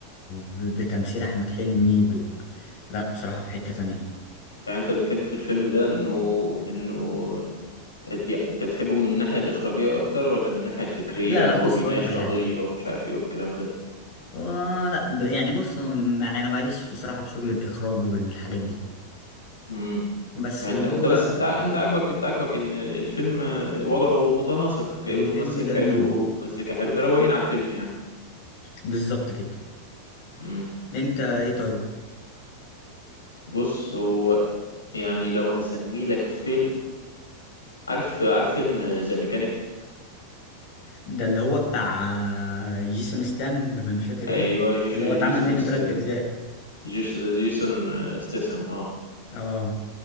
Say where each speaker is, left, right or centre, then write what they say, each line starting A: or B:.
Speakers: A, on the left (about 40°); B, on the left (about 75°).
A: ب- بتمثيل احمد حلمي ب... لا بصراحه في حته تانية
B: يعني أنت بتحب في الفيلم ده إنه إنه يعني انت بتحبه من الناحية الإخراجية أكتر ولا من الناحية الفكرية
A: لا
B: اللي
A: لا
B: هو
A: بص
B: بيناقش
A: اقول لك على
B: قضية
A: حاجه
B: ومش عارف ايه والكلام ده
A: هو لا ب... يعني بص يعني انا ماليش بصراحه في شغل الاخراج والحاجات دي
B: امم
A: بس
B: يعني
A: اللي
B: انت انت
A: هو
B: بس انت ع- انت عاجبك انت عاجبك ان الفيلم وضعه متناسق جايبين
A: الفيلم
B: ممثل
A: جميل
B: حلو ومزيكا حلو مروقين على الفيلم يعني
A: بالظبط كده
B: امم
A: انت ايه طيب
B: بص هو يعني لو هسميه لك فيلم عارف عارف فيلم ذا ميكانيك
A: ده اللي هو بتاع آه، جيسون ستام ولا مش فاكر ايه
B: ايوه جيش-
A: اللي هو اتعمل
B: جيسون
A: منه
B: است-
A: تلات اجزاء
B: جيش- جيسون استسم اه
A: اه